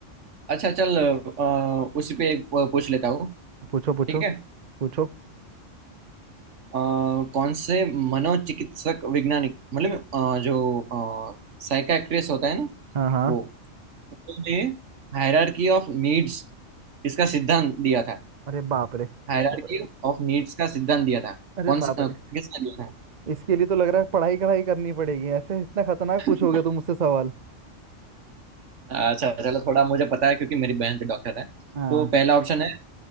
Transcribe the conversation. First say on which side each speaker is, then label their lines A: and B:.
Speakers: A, on the right; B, on the right.
A: अच्छा चल अ, उसी पे एक अ, पूछ लेता हूँ
B: पूछो पूछो
A: ठीक है
B: पूछो
A: अ, कौन से मनोचिकित्सक वैज्ञानिक मतलब अ, जो साइकाट्रिस्ट होता है ना
B: हाँ हाँ
A: वो उन्होंने हायरार्की ऑफ नीड्स इसका सिद्धांत दिया था
B: अरे बाप रे
A: हायरार्की
B: ये-
A: ऑफ नीड्स का सिद्धांत दिया था
B: अरे
A: कौन से
B: बाप रे
A: अ, किसने दिया था
B: इसके लिए तो लग रहा है पढ़ाई कढ़ाई करनी पड़ेगी ऐसे इतना खतरनाक पूछोगे
A: <laughs>
B: तुम मुझसे सवाल
A: अच्छा चलो थोड़ा मुझे पता है क्योंकि मेरी बहन भी डॉक्टर है
B: हाँ
A: तो पहला ऑप्शन है